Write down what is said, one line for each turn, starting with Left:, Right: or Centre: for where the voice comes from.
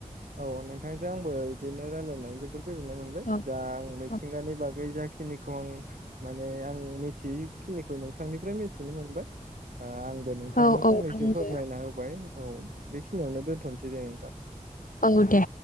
Right: औ नोंथांजों आंबो बिदिनो रायजलायनानै जोबोद गोजोननाय मोनबाय
Left: औ
Right: द आं मिथिंगानि
Left: औ
Right: बागै जाखिनिखौ आं माने आं मिथियैखिनिखौ नोंथांनिफ्राय मिथिनो मोनबाय आंबो नोंथांनो
Left: औ औ
Right: फंनैसो
Left: आंबो
Right: फोरमायना होबाय औ बेखिनियावनो दोन्थ'सै दे नोंथां
Left: औ दे